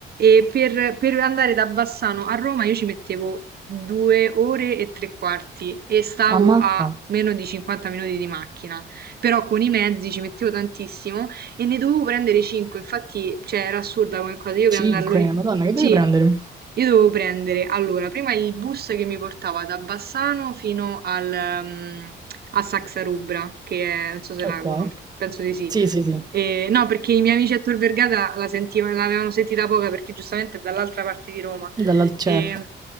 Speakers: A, on the right; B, on the right.
A: e per, per andare da Bassano a Roma io ci mettevo due ore e tre quarti e stavo
B: Ammazza.
A: a meno di 50 minuti di macchina, però con i mezzi ci mettevo tantissimo e ne dovevo prendere 5, infatti, cioè, era assurda come cosa, io
B: 5.
A: per andarlo lì,
B: Madonna, che
A: sì,
B: devi prendere?
A: io dovevo prendere, allora, prima il bus che mi portava da Bassano fino al, ehm, a Saxarubra, che è, non so se
B: Ok.
A: la conosci, penso di sì.
B: Sì, sì, sì.
A: Eh, no, perché i miei amici a Tor Vergata la sentiva- l'avevano sentita poca perché giustamente è dall'altra parte di Roma.
B: Dalla certo.
A: E